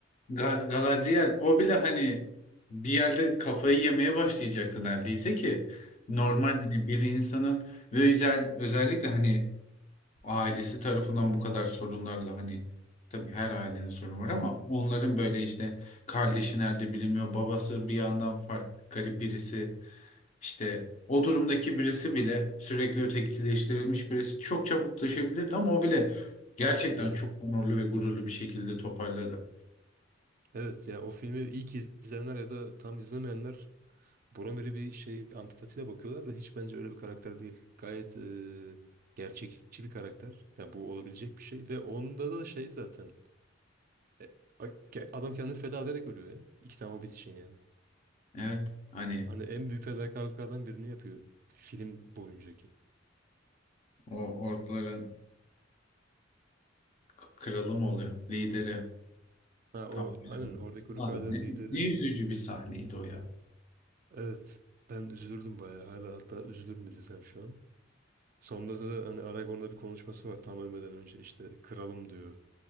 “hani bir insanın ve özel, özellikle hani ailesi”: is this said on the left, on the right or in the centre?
Left